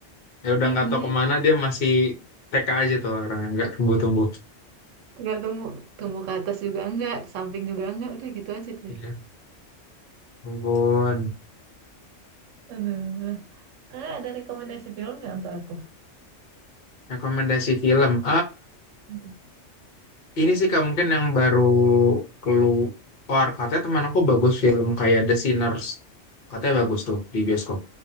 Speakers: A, on the left; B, on the right.
A: ya udah
B: Mm-mm.
A: nggak tahu kemana, dia masih TK aja tuh orang, nggak tumbuh-tumbuh.
B: nggak tumbuh tumbuh ke atas juga enggak ke samping juga enggak udah gitu aja dia
A: Iya, ampun.
B: Aduh. Kakak ada rekomendasi film nggak untuk aku?
A: Rekomendasi film.
B: Mm.
A: Ini sih Kak mungkin yang baru keluar. Katanya teman aku bagus film kayak The Sinners. Katanya bagus tuh di bioskop.